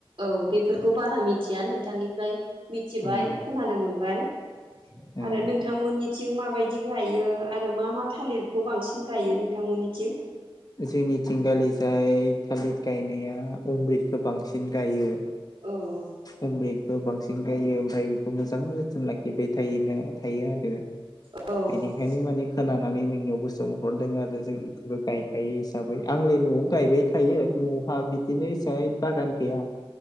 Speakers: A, on the right; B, on the left.
A: औ बेफोरखौ बारा मिथिया नोंथांनिफ्राय मिथिबाय
B: ओ
A: खोनानो मोनबाय
B: ओ
A: आरो नोंथांमोननिथिं माबायदि गायो आरो मा मा थालिरखौ बांसिन गायो नोंथांमोननिथिं
B: जोंनिथिं गालिजाय थालिर गायनाया अमृदखौ बांसिन गायो
A: औ
B: अमृतखौ बांसिन गायो ओमफ्राय बेखौ मोजां जोथोन लाखिबाय थायोनो थायो आरो
A: औ-औ-औ-औ-औ-औ-औ
B: बेनिखायनो माने खोनानानै नोंनियावबो सोंहरदों आरो जोंनिबो गायखायो हिसाबै आं न'आव गायबाय थायो न'आव बिदिनो हिसाबै बागान गैया